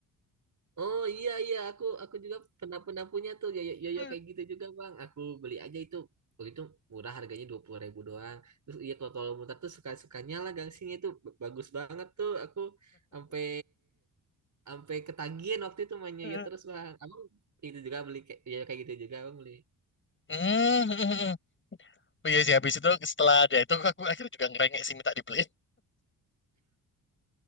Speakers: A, on the right; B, on the left.
A: Oh iya iya aku aku juga pernah pernah punya tuh yoyo yoyo
B: <laughs>
A: kayak gitu juga bang. Aku beli aja itu waktu itu murah harganya dua puluh ribu doang. Terus iya kalau kalau mutar tuh suka sukanya lah gangsingnya itu Ba- bagus banget tuh. Aku sampai sampai ketagihan waktu itu main yoyo
B: Hmm,
A: terus bang. Abang itu juga beli kayak yoyo kayak gitu juga bang beli.
B: hmm, hmm. oh iya sih, habis itu setelah ada itu aku akhirnya juga ngerengek sih minta dibeliin.